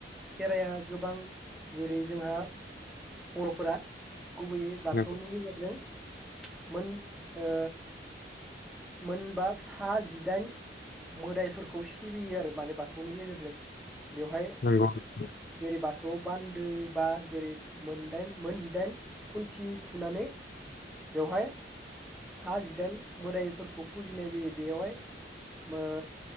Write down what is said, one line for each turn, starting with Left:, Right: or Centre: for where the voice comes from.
Centre: खेराया गोबां जेरै जोंहा बर'फोरा गुबैयै बाथौनि
Left: नंगौ
Centre: गेजेरजों मोन ओ मोनबा सा जिदाइन मोदायफोरखौ सिबियो आरो । माने बाथौनि गेजेरजों बेवहाय
Left: नंगौ औ
Centre: जेरै बाथौ थ' बान्दो बा जेरै मोनदाइन मोनजिदाइन खुन्थि थुनानै बेवहाय सा जिदाइन मोदायफोरखौ फुजिनाय जायो बेयावहाय मो